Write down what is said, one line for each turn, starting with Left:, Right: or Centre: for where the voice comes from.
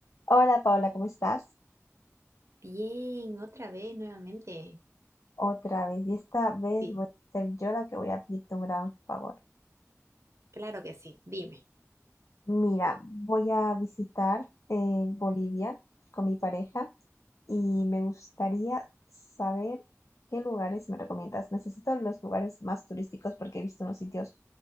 Left: Hola Paula, ¿cómo estás?
Right: Bien, otra vez nuevamente.
Left: Otra vez, y esta vez
Right: Sí,
Left: voy a ser yo la que voy a pedirte un gran favor.
Right: claro que sí, dime.
Left: Mira, voy a visitar eh, Bolivia con mi pareja y me gustaría saber qué lugares me recomiendas. Necesito los lugares más turísticos porque he visto unos sitios